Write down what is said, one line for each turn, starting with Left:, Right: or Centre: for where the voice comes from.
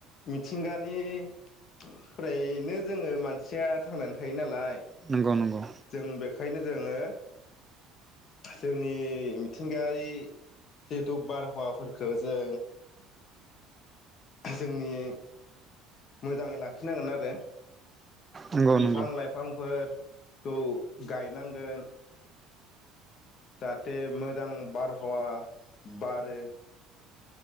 Left: थिंगानिफ्रायनो जोङो मानसिया थांनानै थायो नालाय।
Right: नंगौ नंगौ
Left: जों बेखायनो जोङो जोंनि मिथिंगायारि जिहेथु बारहावाफोरखो जों जोंनि मोजाङै लाखिनांगोन आरो।
Right: नंगौ
Left: बिफां
Right: नंगौ
Left: लाइफांफोर खौ गायनांगोन। जाहाथे मोजां बारहावा बारो।